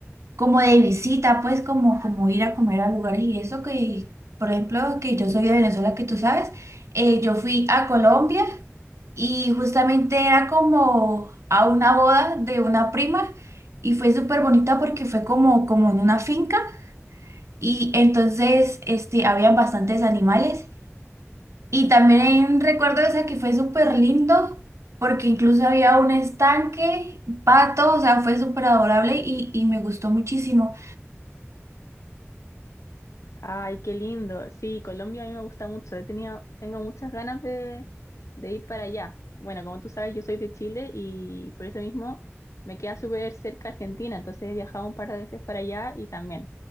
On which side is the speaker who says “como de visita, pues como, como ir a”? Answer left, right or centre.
Right